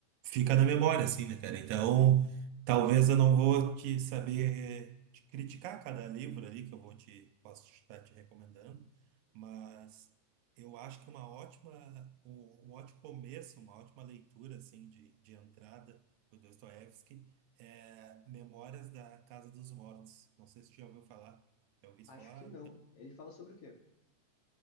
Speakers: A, on the right; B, on the left.
A: fica na memória, assim, né, cara? Então, talvez eu não vou te saber te criticar cada livro ali que eu vou te posso estar te recomendando, mas eu acho que é uma ótima, um, um ótimo começo, uma ótima leitura, assim, de, de entrada do Dostoiévski é Memórias da Casa dos Mortos. Não sei se você já ouviu falar. Já ouviu isso
B: Acho
A: falar?
B: que não. Ele fala sobre o quê?